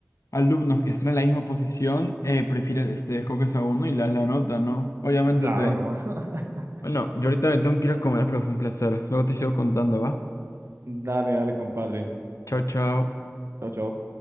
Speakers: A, on the left; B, on the right.
A: alumnos que están en la misma posición, eh, prefieres, este, escoges a uno y le das la nota, ¿no? Obviamente
B: Claro,
A: te...
B: ¿no?
A: Bueno,
B: <laughs>
A: yo ahorita me tengo que ir a comer, pero fue un placer. Luego te sigo contando, ¿va?
B: Dale, dale, compadre.
A: Chao, chao.
B: Chao, chao.